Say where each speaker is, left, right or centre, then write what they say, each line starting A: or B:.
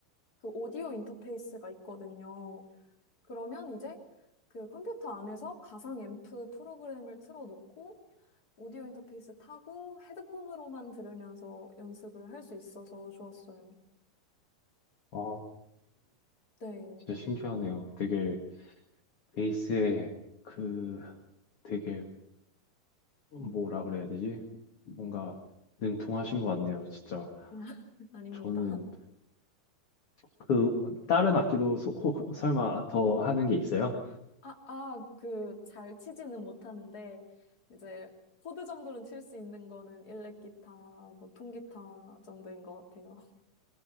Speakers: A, on the left; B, on the left.
A: 그 오디오 인터페이스가 있거든요. 그러면 이제 그 컴퓨터 안에서 가상 앰프 프로그램을 틀어놓고 오디오 인터페이스 타고 헤드폰으로만 들으면서 연습을 할 수 있어서 좋았어요.
B: 아,
A: 네.
B: 진짜 신기하네요. 되게 베이스에 그 되게 뭐라
A: 음.
B: 그래야 되지? 뭔가 능통하신 것 같네요, 진짜.
A: <laughs> 아닙니다.
B: 저는 그 다른 악기도 소- 혹- 설마 더 하는 게 있어요?
A: 아, 아, 그, 잘 치지는 못하는데, 이제, 코드 정도는 칠 수 있는 거는 일렉기타, 뭐, 통기타 정도인 것 같아요. <laughs>